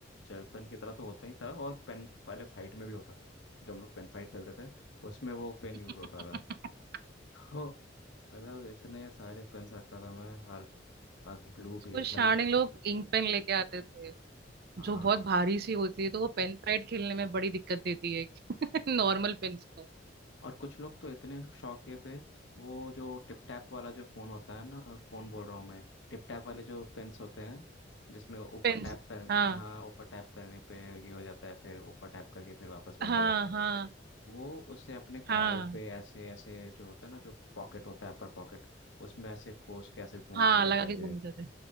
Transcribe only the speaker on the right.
<laughs>
स्कूल
स्टार्टिंग
लोग इंक पेन लेके आते थे
जो बहुत भारी सी होती है तो वो पेन फाइट खेलने में बड़ी दिक्कत देती है <laughs> नॉर्मल पेन्स को
पेन्स
हाँ
हाँ
हाँ
हाँ
हाँ
लगा के
घूमते थे